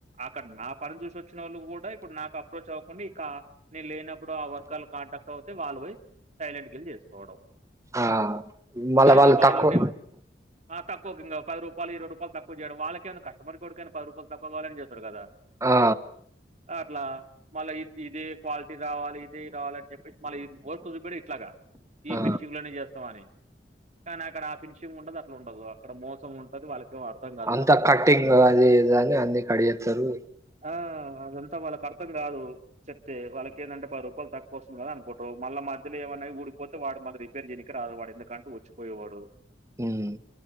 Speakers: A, on the right; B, on the right.
A: అక్కడ నా పని చూసి వచ్చినోళ్ళు కూడా ఇప్పుడు నాకు అప్రోచ్ అవ్వకుండా ఇక నేను లేనప్ ఇప్పుడు ఆ వర్కర్లు కాంటాక్ట్ అవుతే వాళ్ళు పోయ్ సైలెంట్ గెల్ చేసుకోవడం
B: ఆ మళ్ళ
A: లేదా
B: వాళ్ళు
A: వాల్లో
B: తక్కువ
A: నివు ఆ తక్కువ కింగ పది రూపాలు ఇరవై రూపా రూపాయలు తక్కువ చేయడం వాళ్ళకే ఏమైనా కస్టమర్ కొడుకైనా పది రూపాల్ తక్కువాగావాలనే చేస్తాడు కదా
B: ఆ
A: అట్లా మళ్ళా ఇ ఇదే క్వాలిటీ రావాలి ఇదే రావాలని చెప్ మళ్ళ ఈ వర్క్ చూపేది ఇట్లాగా ఈ
B: ఆ
A: ఫినిషింగ్లోనే చేస్ అని కానీ అక్కడ ఆ ఫినిషింగ్ ఉండదు అట్ల ఉండదు అక్కడ మోసం ఉంటది వాళ్ళకి ఏమర్థం కాదు
B: అంతా
A: కస్టమర్లకి
B: కట్టింగ్ అది ఇది అని అన్ని కడిగేస్తారు
A: ఆ అదెం అంత వాళ్ళకి అర్థం కాదు చెప్తే వాళ్ళకి ఎందంటే పది రూపాయలు తక్కువ వస్ కదా అనుకుంటారు మళ్ళ మధ్యలో ఏమనై ఊడిపోతే వాడు మళ్ళా రిపేర్ చేయనికి రాడు వాడు ఎందుకంటే వచ్చిపోయేవాడు
B: ఉమ్